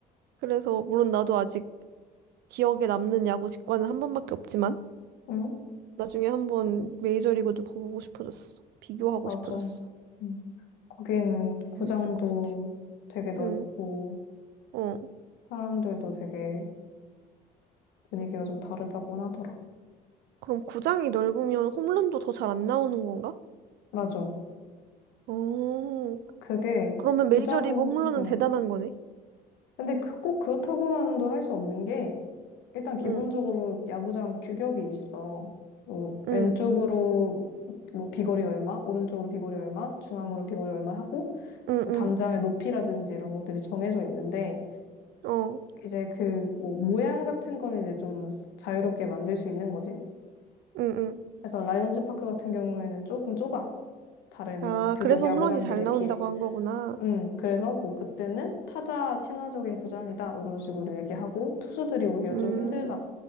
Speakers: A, on the right (about 75°); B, on the left (about 80°).
A: 그래서 물론 나도 아직 기억에 남는 야구 직관은 한 번밖에 없지만
B: 응,
A: 나중에 한 번 메이저리그도 보고 싶어졌어. 비교하고
B: 맞아.
A: 싶어졌어.
B: 응. 거기는 구장도
A: 재밌을 것 같아.
B: 되게 넓고
A: 응. 어.
B: 사람들도 되게 분위기가 좀 다르다고 하더라.
A: 그럼 구장이 넓으면 홈런도 더 잘 안 나오는 건가?
B: 맞아.
A: 어.
B: 그게
A: 그러면
B: 구장,
A: 메이저리그 홈런은
B: 음.
A: 대단한 거네.
B: 근데 그, 꼭 그렇다고만도 할 수 없는 게 일단 기본적으로
A: 응.
B: 야구장 규격이 있어. 뭐
A: 응.
B: 왼쪽으로 뭐 비거리 얼마, 오른쪽으로 비거리 얼마, 중앙으로 비거리 얼마 하고
A: 응응.
B: 뭐 담장의 높이라든지 이런 것들이 정해져 있는데
A: 어.
B: 이제 그 뭐 모양 같은 건 이제 좀 자유롭게 만들 수 있는 거지.
A: 응응.
B: 그래서 라이온즈 파크 같은 경우에는 조금 좁아. 다른
A: 아,
B: 규격
A: 그래서
B: 야구장들에
A: 홈런이 잘 나온다고
B: 비해.
A: 한 거구나.
B: 음, 그래서 뭐 그때는 타자 친화적인 구장이다. 이런 식으로 얘기하고, 투수들이 오히려
A: 음.
B: 좀 힘들다.